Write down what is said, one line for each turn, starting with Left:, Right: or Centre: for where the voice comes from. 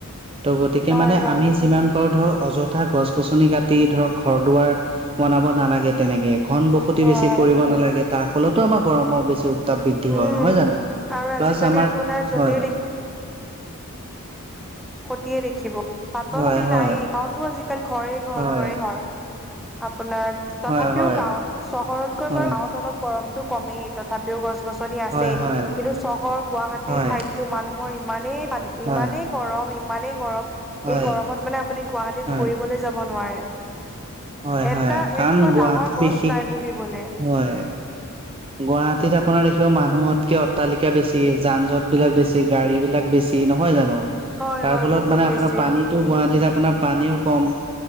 Right: ত' গতিকে
Centre: হয়
Right: মানে
Centre: হয়
Right: আমি যিমান পাৰো ধৰ অজ থা গছ গছনি কাটি ধৰক ঘৰ দুৱাৰ বনাব নালাগে তেনেকে। ঘন বসতি
Centre: হয়।
Right: বেছি কৰিব নালাগে তাৰ ফলতো আমাৰৰমৰ বেছি উ তাপ বৃদ্ধি
Centre: উম
Right: হয় নহয় জানো?
Centre: আৰু
Right: প্লাছ
Centre: আজিকালি
Right: আমাৰ,
Centre: আপোনাৰ য'তেই
Right: হয়।
Centre: ক্ষতিয়ে দেখিব পাতল
Right: হয় হয়
Centre: নায়ে গাঁৱতো আজিকালি ঘৰে ঘৰ
Right: হয়
Centre: ঘৰে ঘৰ। আপোনাৰ তথাপিও
Right: হয় হয়
Centre: গাঁৱত চহৰতকৈ
Right: হয়
Centre: বাৰু গাঁৱত অলপ গৰমতো কমেই তথাপিও গছ গছনি আছে
Right: হয় হয়
Centre: কিন্তু চহৰ গুৱাহাটীৰ
Right: হয়
Centre: ঠাইততো মানুহ মৰ ইমানেইান
Right: হয়
Centre: ইমানেই গৰম ইমানেই গৰম
Right: হয়
Centre: এই গৰমত মানে আপুনি গুৱাহাটীত
Right: হয়
Centre: ফুৰিবলৈ যাব নোৱাৰে।
Right: হয়
Centre: এটা
Right: হয় কাৰণ
Centre: এজোপা
Right: গুৱাহাটী
Centre: ডাঙৰ
Right: বিশেষ
Centre: গছ লাই বহিবল
Right: হয়। গুৱাহাটীত আপোনাৰ দেখিব মানুহতকে অট্টালিকা বেছি, যান জঁট বিলাক বেছি, গাড়ী বিলাক বেছি। নহয় জানোঁ?
Centre: হয়
Right: তাৰ
Centre: হয়
Right: ফলত
Centre: বহুত
Right: মানে আপোনাৰ
Centre: বেছি
Right: পানীতো গুৱাহাটীত আপোনাৰ পানীও কম